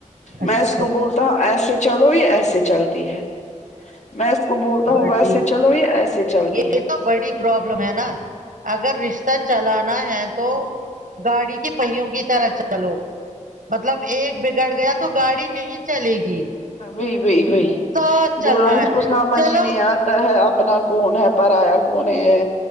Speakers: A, on the right (about 85°); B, on the left (about 60°).
A: اچھا
B: میں اس کو بولتا ہوں ایسے چلو یہ ایسے چلتی ہے میں اس کو بولتا
A: بڑی
B: ہوں ویسے چلو یہ ایسے چلتی
A: یہ
B: ہے
A: تو بڑی پرابلم ہے نا اگر رشتہ چلانا ہے تو گاڑی کی پہیوں کی طرح چلو مطلب ایک بگڑ گیا تو گاڑی نہیں چلے گی
B: ہاں وہی وہی وہی
A: ساتھ چلنا
B: بولا اس
A: ہے
B: کو ماما
A: چلو
B: جی نے آ ج لگتا ہے اپنا کون ہے پرار یا کون ہے